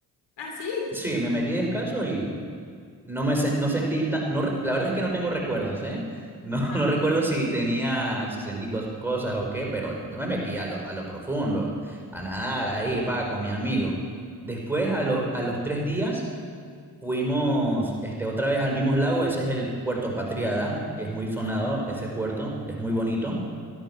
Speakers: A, on the left; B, in the centre.
A: Ah, sí.
B: Sí, me metí descalzo y no me se- no sentí ta- no, re- la verdad es que no tengo recuerdos, ¿eh? No,
A: Ajá,
B: <laughs> no recuerdo si tenía, si sentí cos- cosas o qué, pero yo me metí a lo, a lo profundo, a nadar ahí, pa, con mi amigo. Después,
A: ajá,
B: a, los a los tres días, fuimos este, otra vez al mismo lago, ese es el Puerto Patriada, que es muy sonado,
A: ajá.
B: ese puerto, es muy bonito.